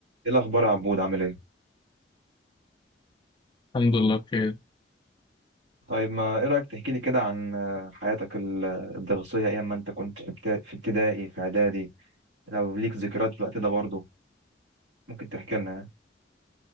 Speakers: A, on the right; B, on the left.
A: ايه الاخبار يا عبود عامل ايه
B: الحمد لله بخير
A: طيب ما ايه رايك تحكي لي كده عن آه، حياتك ال- الدراسيه ايام ما انت كنت في ابت- في ابتدائي في اعدادي لو ليك ذكريات في الوقت ده برضه ممكن تحكي لنا